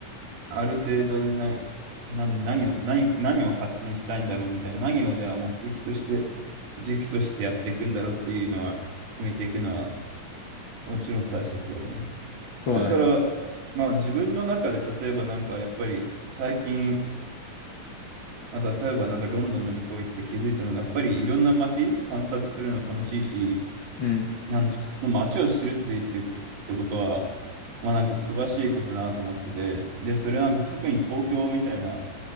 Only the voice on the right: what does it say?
ある程度でな、な、何を、何、何を発信したいんだろうみたいな、何をじゃあ目的として、軸としてやっていくんだろうっていうのは、決めていくのはもちろん大切よね。
だから、まあ自分の中で例えばなんかやっぱり最近、まあ、例えばなんかロンドンの旅行行って気づいたのがやっぱりいろんな街探索するの楽しいし、
なんだろう、その街を知るって言ってこ、ってことは、まあなんか素晴らしいことだなと思ってて、で、それはなんか特に東京みたいな、